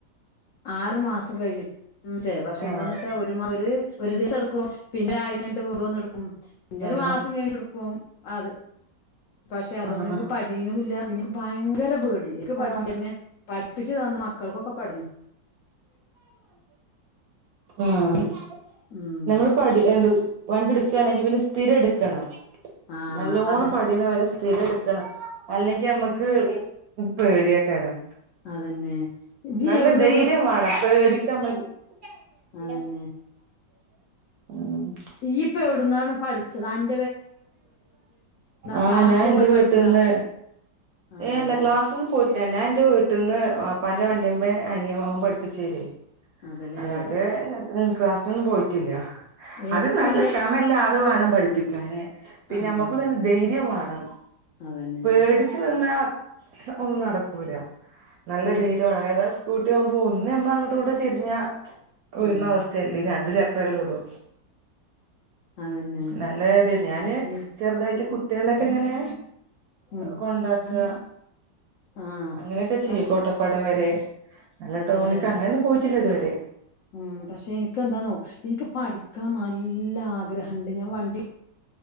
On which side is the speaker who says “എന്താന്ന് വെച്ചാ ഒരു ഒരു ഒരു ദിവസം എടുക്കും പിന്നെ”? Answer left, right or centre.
Left